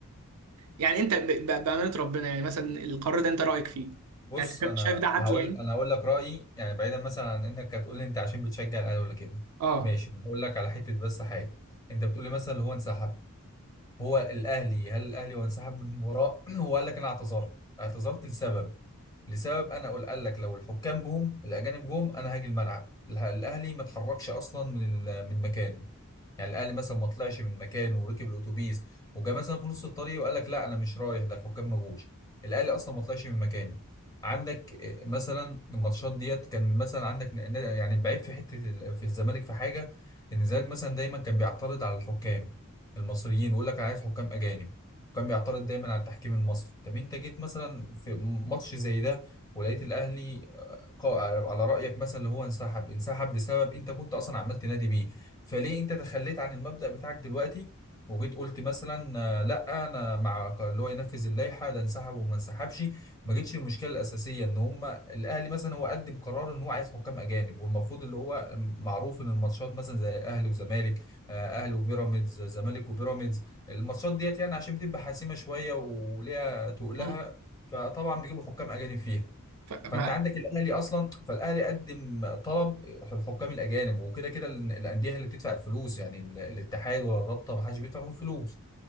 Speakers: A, on the right (about 85°); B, on the left (about 15°).
A: يعني انت ب- ب- بامانه ربنا يعني مثلا القرار ده انت رايك فيه
B: بص
A: يعني انت شايف
B: أنا
A: شايف ده عدل
B: هقول
A: يعني
B: أنا هقول لك رأيي يعني بعيدا مثلا عن إنك هتقول لي أنت عشان بتشجع الأهلي ولا كده
A: اه
B: ماشي أنا هقول لك على حتة بس حاجة أنت بتقول لي مثلا اللي هو انسحب هو الاهلي هل الاهلي هو انسحب من المباراه <clears throat> هو قال لك انا اعتذرت اعتذرت لسبب لسبب انا قل- قال لك لو الحكام جم الاجانب جم انا هاجي الملعب اله- الاهلي ما اتحركش اصلا من ال- من مكانه يعني الاهلي مثلا ما طلعش من مكانه وركب الاتوبيس وجا مثلا في نص الطريق وقال لك لا انا مش رايح ده الحكام ما جوش الاهلي اصلا ما طلعش من مكانه عندك آه، مثلا الماتشات ديت كان مثلا عندك ن- ن- يعني بعيب في حته ال- في الزمالك في حاجه ان الزمالك مثلا دايما كان بيعترض على الحكام المصريين ويقول لك انا عايز حكام اجانب كان بيعترض دايما على التحكيم المصري طب انت جيت مثلا في ماتش زي ده ولقيت الاهلي آه، قا- على على رايك مثلا اللي هو انسحب انسحب لسبب انت كنت اصلا عمال تنادي بيه فليه انت تخليت عن المبدأ بتاعك دلوقتي وجيت قلت مثلا آه، لا انا مع ق- اللي هو ينفذ اللائحه ده انسحب وما انسحبش ما جتش المشكله الاساسيه ان هم الاهلي مثلا هو قدم قرار ان هو عايز حكام اجانب والمفروض اللي هو معروف ان الماتشات مثلا زي الاهلي وزمالك آه، اهلي وبيراميدز زمالك وبيراميدز الماتشات ديت يعني عشان بتبقى حاسمه شويه وليها تقلها
A: مم.
B: فطبعا بيجيبوا حكام اجانب فيها
A: فما
B: فانت عندك الاهلي اصلا فالاهلي قدم طلب الحكام الاجانب وكده كده ال- الانديه هي اللي بتدفع الفلوس يعني ال- الاتحاد ولا الرابطه ما حدش بيدفع فيهم فلوس